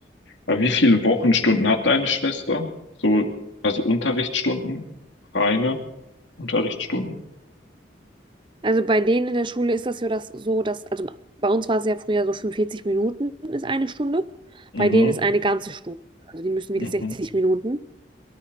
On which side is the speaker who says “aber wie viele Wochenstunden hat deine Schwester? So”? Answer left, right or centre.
Left